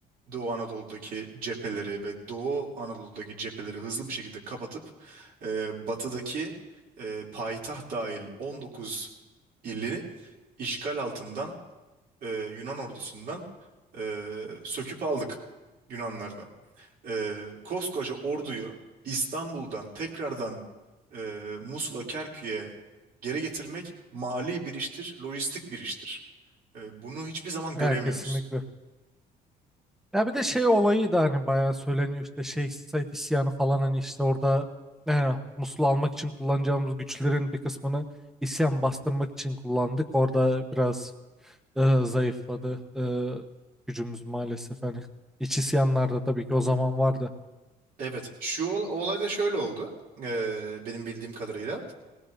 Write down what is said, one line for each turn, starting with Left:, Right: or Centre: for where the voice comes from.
Right: Doğu Anadolu'daki cepheleri ve Doğu Anadolu'daki cepheleri hızlı bir şekilde kapatıp eee, batıdaki eee, payitaht dahil 19 ili işgal altından e, Yunan ordusundan e, söküp aldık Yunanlardan. E, koskoca orduyu İstanbul'dan tekrardan e, Musul'a, Kerkük'e geri getirmek mali bir iştir, lojistik bir iştir. E, bunu hiçbir zaman
Centre: Ya
Right: göremiyoruz.
Centre: kesinlikle. Ya bir de şey olayı da hani bayağı söyleniyor işte Şeyh Said isyanı falan hani işte orada yani Musul'u almak için kullanacağımız güçlerin bir kısmını isyan bastırmak için kullandık. Orada biraz e, zayıfladı. E, gücümüz maalesef hani iç isyanlarda tabii ki o zaman vardı.
Right: Evet, şu ol- olay da şöyle oldu. Ee, benim bildiğim kadarıyla.